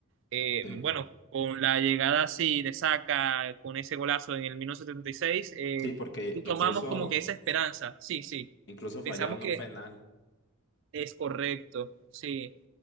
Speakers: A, on the right; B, on the left.
A: eh,
B: Sí,
A: bueno, con la llegada así de Saka con ese golazo en el minuto 76,
B: sí, porque incluso,
A: tomamos como que esa esperanza, sí, sí,
B: incluso fallaron
A: pensamos que
B: un penal
A: es correcto, sí.